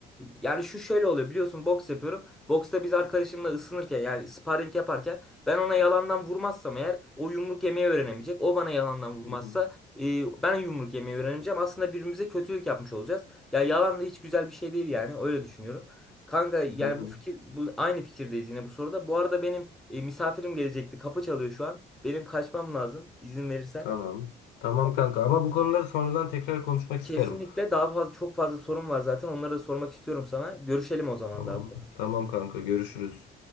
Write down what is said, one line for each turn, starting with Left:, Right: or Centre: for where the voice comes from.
Centre: yani şu şöyle oluyor biliyorsun boks yapıyorum. Boksta biz arkadaşımla ısınırken yani sparring yaparken ben ona yalandan vurmazsam eğer o yumruk yemeyi öğrenemeyecek. O bana yalandan vurmazsa
Left: Hı hı.
Centre: e, ben yumruk yemeyi öğreneceğim. Aslında birbirimize kötülük yapmış olacağız. Ya yalan da hiç güzel bir şey değil yani. Öyle düşünüyorum. Kanka yani
Left: Hı hı.
Centre: bu fikir bu aynı fikirdeyiz yine bu soruda. Bu arada benim e, misafirim gelecekti. Kapı çalıyor şu an. Benim kaçmam lazım izin verirsen.
Left: Tamam. Tamam kanka ama bu konuları sonradan tekrar konuşmak isterim.
Centre: Kesinlikle daha fazla çok fazla sorun var zaten. Onları da sormak istiyorum sana. Görüşelim o zaman
Left: Tamam.
Centre: daha sonra.
Left: Tamam kanka görüşürüz.